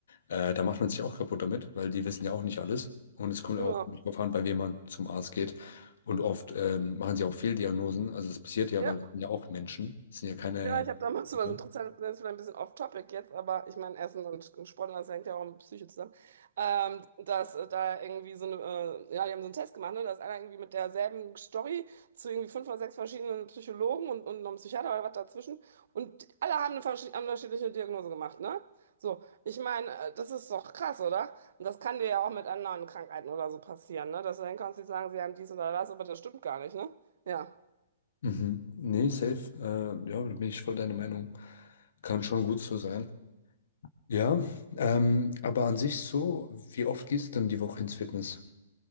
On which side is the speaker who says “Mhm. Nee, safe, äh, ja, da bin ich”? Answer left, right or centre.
Left